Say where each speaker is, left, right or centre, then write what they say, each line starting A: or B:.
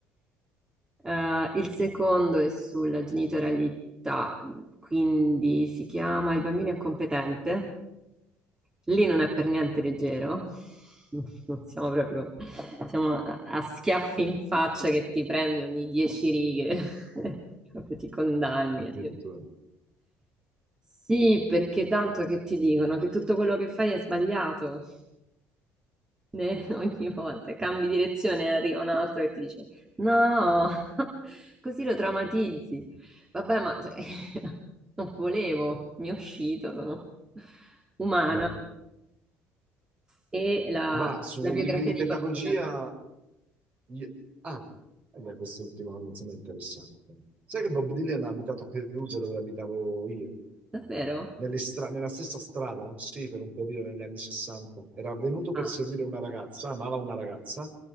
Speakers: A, on the right; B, on the right.
A: Eh, il secondo è sulla genitorialità, quindi si chiama Il bambino è competente. Lì non è per niente leggero. <laughs> Non siamo proprio, siamo a a schiaffi in faccia che ti prendi ogni dieci righe, <laughs> proprio ti condanni.
B: Attenzione.
A: Sì, perché tanto che ti dicono che tutto quello che fai è sbagliato. Ne- <laughs> ogni volta cambi direzione e arriva un altro che ti dice no, <laughs> così lo traumatizzi.
B: Mm.
A: Vabbè, ma se- <laughs> non volevo, mi è uscito, sono umana.
B: Mm.
A: E la,
B: Ma sui
A: la biografia
B: libri di
A: di
B: pedagogia...
A: Bob Dylan,
B: io- Ah, eh beh, quest'ultimo, insomma, è interessante. Sai che Bob Dylan ha abitato a Perugia dove abitavo io?
A: davvero?
B: Nelle stra- nella stessa strada, sì, per un periodo negli anni 60. Era venuto per
A: Ah,
B: seguire una ragazza, amava una ragazza.